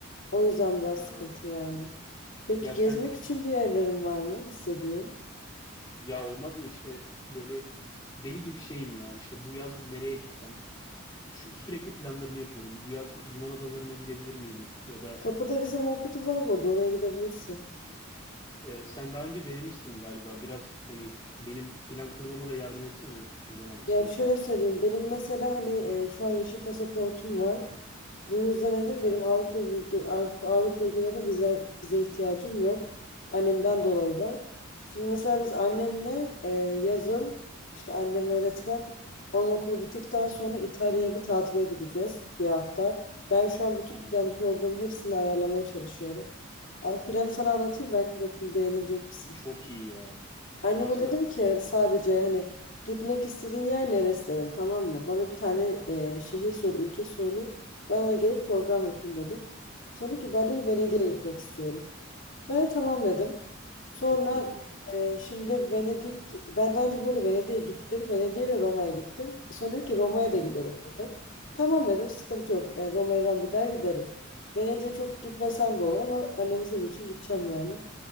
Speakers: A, on the left; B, on the left.
A: O yüzden biraz
B: Ha,
A: sıkıntı yani. Peki
B: ya
A: gezmek
B: sen
A: için bir yerlerin var mı istediğin?
B: ya olmaz mı işte böyle deli gibi şeyim ya işte bu yaz nereye gitsem şu, sürekli planlarını yapıyorum. Bu yaz Yunan adalarına gidebilir miyim? Ya da
A: Kapıda vize muhabbeti var burada oraya gidebilirsin.
B: e, sen daha önce denemişsin galiba biraz hani benim plan kurmama da yardım etsene o zaman istiyorsan.
A: Ya şöyle söyleyeyim benim mesela hani e, şu an yeşil pasaportum var. Bu yüzden de benim
B: Aha,
A: Avrupa bölge Avrupa, Avrupa ülkelerine vize, vize ihtiyacım yok. Annemden
B: aa,
A: dolayı var. Şimdi mesela biz annemle e, yazın işte annem öğretmen onun okulu bittikten sonra İtalya'ya bir tatile gideceğiz bir hafta. Ben şu an bütün
B: aha.
A: planı programı hepsini ayarlamaya çalışıyorum. Az Planı sana anlatayım belki bakayım beğenecek misin?
B: Çok iyi ya.
A: Anneme
B: Anlatsana
A: dedim ki
B: merak
A: sadece
B: ettim.
A: hani gitmek istediğin yer neresi dedim tamam mı? Bana bir tane e, şehir söyle, ülke söyle. Ben ona gelip program yapayım dedim. Sonra dedi ki ben de
B: Aha,
A: Venedik'e gitmek istiyorum. Ben de tamam dedim. Sonra
B: çok güzel yer.
A: e, şimdi Venedik, ben daha önce burada Venedik'e gittim. Venedik'e ve Roma'ya gittim. Sonra dedi ki Roma'ya
B: Hı
A: da gidelim
B: hı.
A: dedi. Tamam dedim sıkıntı yok. E, Roma'ya ben bir daha giderim. Venedik'e çok gitmesem de olur ama annemin istediği için gideceğim yani.